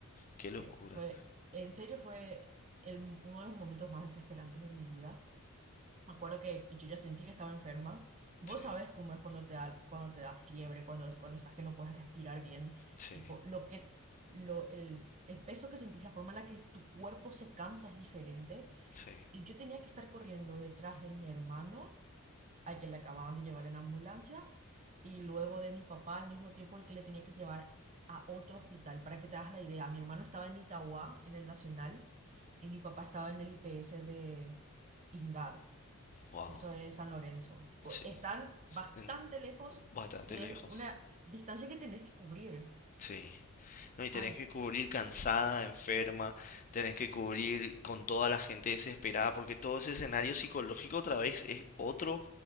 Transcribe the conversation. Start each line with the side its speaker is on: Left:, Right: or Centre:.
Left: qué
Right: Sí,
Left: locura.
Right: fue, en serio fue el, uno de los momentos más desesperantes de mi vida me acuerdo que yo ya sentí que estaba enferma. Vos
Left: Sí,
Right: sabés cómo es cuando te da, cuando te da fiebre, cuando, cuando estás que no puedes respirar bien.
Left: sí,
Right: Tipo, lo que, lo, el, el peso que sentís, la forma en la que tu cuerpo se cansa es diferente.
Left: sí.
Right: Y yo tenía que estar corriendo detrás de mi hermano, al que le acababan de llevar en ambulancia, y luego de mi papá al mismo tiempo, el que le tenía que llevar a otro hospital. Para que te hagas la idea, mi hermano estaba en Itauguá, en el Nacional, y mi papá estaba en el IPS de Ingavi.
Left: Wow,
Right: Eso es San Lorenzo. Tipo,
Left: sí.
Right: están bastante
Left: En-
Right: lejos
Left: bastante
Right: y
Left: lejos.
Right: es una distancia que tenés que cubrir.
Left: Sí, No, y tenés
Right: Ay,
Left: que cubrir cansada, enferma, tenés que cubrir con toda la gente desesperada, porque todo ese escenario psicológico otra vez es otro